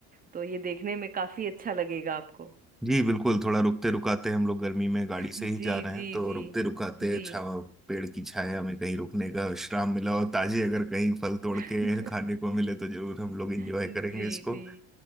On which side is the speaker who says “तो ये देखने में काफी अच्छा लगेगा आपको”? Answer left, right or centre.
Right